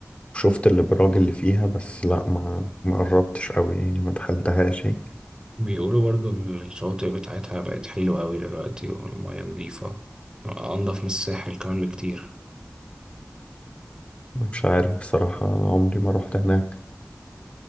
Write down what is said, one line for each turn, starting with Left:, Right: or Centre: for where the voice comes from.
Left: شفت الابراج اللي فيها بس لا ما ما قربتش قوي يعني ما دخلتهاش يعني
Right: بيقولوا برضو الشواطئ بتاعتها بقت حلوة قوي دلوقتي والمياه نظيفة أنضف من الساحل كمان بكتير
Left: مش عارف بصراحة عمري ما رحت هناك